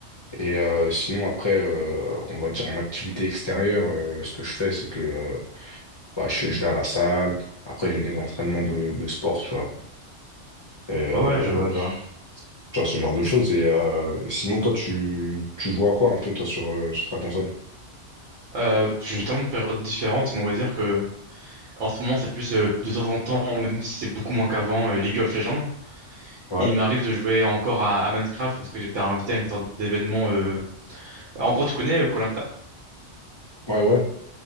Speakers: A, on the left; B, on the right.
A: Et euh, sinon, après, euh, on va dire en activité extérieure, euh, ce que je fais, c'est que euh, bah, je, je vais à la salle, après j'ai mes entraînements de, de sport, tu vois. Euh,
B: Ouais, ouais, je vois, je vois.
A: tu vois, ce genre de choses. Et euh, sinon, toi, tu, tu joues à quoi un peu, toi, sur, euh, sur ta console?
B: Euh, j'ai tellement de périodes différentes, mais on va dire que en ce moment c'est plus euh, de temps en temps, même si c'est beaucoup moins qu'avant, euh, League of Legends.
A: Ouais,
B: Il m'arrive de jouer encore à, à Minecraft parce que j'étais invité à une sorte d'événement. euh, En gros, tu connais euh, koh
A: ouais, ouais.